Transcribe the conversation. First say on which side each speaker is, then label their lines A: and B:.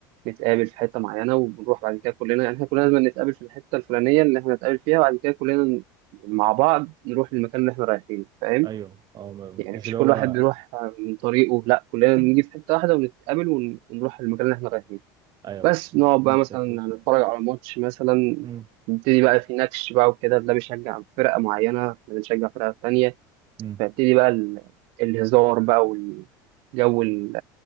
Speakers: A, on the right (about 60°); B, on the right (about 40°).
A: نتقابل في حته معينه وبنروح بعد كده كلنا يعني احنا كلنا لازم نتقابل في الحته الفلانيه اللي احنا نتقابل فيها وبعد كده كلنا ن- مع بعض نروح للمكان اللي احنا رايحينه فاهم
B: ايوه اه ما- مفيش
A: يعني مش
B: اللي
A: كل
B: هو
A: واحد بيروح من طريقه لا كلنا بنيجي في حته واحده ونتقابل ون- ونروح للمكان اللي احنا رايحينه
B: ايوه
A: بس
B: مش مش
A: نقعد
B: إن
A: بقى
B: انت
A: مثلا
B: توصل
A: نتفرج على ماتش مثلا
B: مم.
A: نبتدي بقى في نكش بقى وكده ده بيشجع فرقه معينه احنا بنشجع فرقه تانيه
B: مم.
A: فيبتدي بقى ال- الهزار بقى والجو ال-